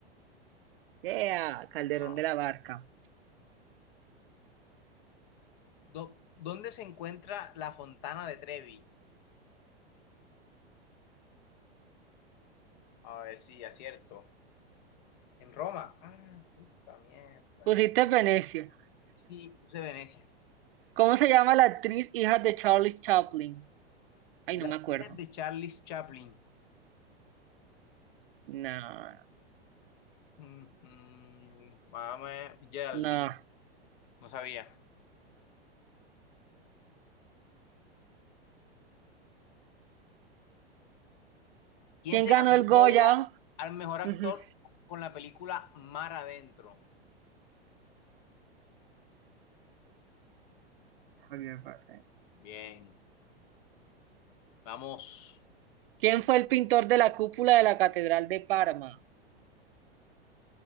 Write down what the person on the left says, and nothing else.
No.
Do- ¿dónde se encuentra la Fontana de Trevi? A ver si acierto. En Roma. Ah, puta mierda.
Sí, puse Venecia.
Las
hijas de Charlie Chaplin.
Mm, mm, Mamá Geraldine.
No sabía. ¿Quién
se
ganó
el Goya
al mejor actor
con la película Mar Adentro?
Bien, vamos.